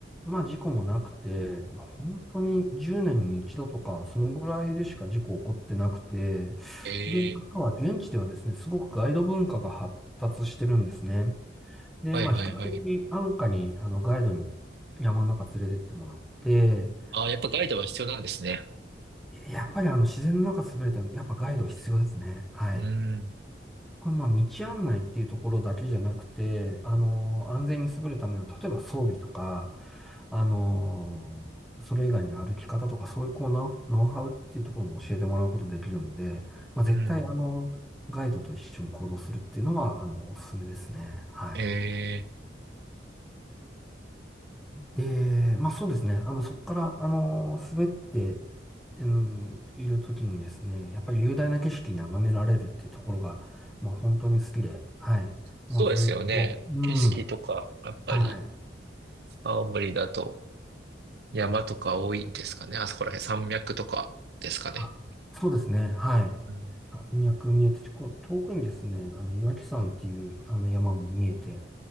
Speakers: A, in the centre; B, on the right.
A: まあ事故もなくて、まあ、本当に10年に一度とか、そのぐらいでしか事故起こってなくて、
B: ええ
A: で、あとは現地ではですね、すごくガイド文化が発達してるんですね。で、
B: はいはいはい。
A: まあ比較的安価に、あの、ガイドに山の中連れてってもらって、
B: ああ、やっぱガイドは必要なんですね。
A: やっぱりあの自然の中滑ると、やっぱガイド必要ですね。
B: うん、
A: はい。
B: うん、
A: これまあ道案内っていうところだけじゃなくて、あの、安全に優れるための、例えば装備とか、あの、それ以外に歩き方とか、そういうこうノウ、ノウハウっていうところも教えてもらうことできるんで、まあ絶対あの、
B: うん。
A: ガイドと一緒に行動するっていうのは、あの、おすすめですね。はい。
B: ええ
A: で、まあそうですね。あの、そこから、あの、滑って、うん、いるときにですね、やっぱり雄大な景色眺められるっていうところが、まあ本当に好きで、はい。
B: そうですよね。
A: もうずっと、うん、
B: 景色とか、やっぱり、
A: はい。
B: 青森だと。山とか多いんですかね。あそこら辺山脈とかですかね。
A: あそうですね、はい。
B: うん
A: 山脈見えて、こう遠くにですね、あの、岩木山っていうあの山も見えて、